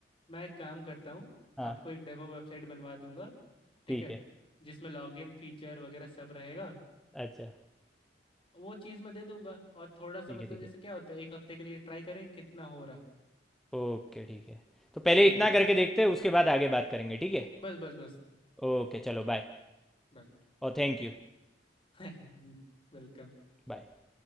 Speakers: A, on the left (about 30°); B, in the centre.
A: मैं एक काम करता हूँ
B: हाँ,
A: आपको एक डेमो वेबसाइट बनवा दूंगा ठीक
B: ठीक
A: है
B: है।
A: जिसमें लॉगिन फीचर वगैरह सब रहेगा
B: अच्छा।
A: वो चीज़ मैं दे दूंगा और थोड़ा सा
B: ठीक
A: मतलब
B: है ठीक
A: जैसे
B: है
A: क्या होता है एक हफ्ते के लिए ट्राई करेंगे कितना हो रहा
B: ओके ठीक है तो पहले
A: ठीक
B: इतना
A: है
B: करके देखते हैं उसके बाद आगे बात करेंगे ठीक है
A: बस बस बस
B: ओके चलो बाय
A: बाय
B: और थैंक यू
A: <laughs> वेलकम
B: बाय